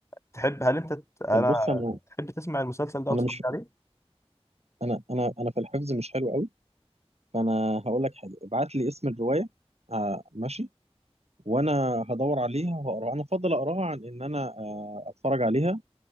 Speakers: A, on the left; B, on the right.
A: تحب هل انت ت- انا
B: طب بص انا
A: تحب تسمع المسلسل ده وتتفرج
B: انا مش
A: عليه
B: انا انا انا في الحفظ مش حلو قوي فانا هقول لك حاجه ابعت لي اسم الروايه آه ماشي وانا هدور عليها وهقراها انا افضل اقراها عن ان انا آه اتفرج عليها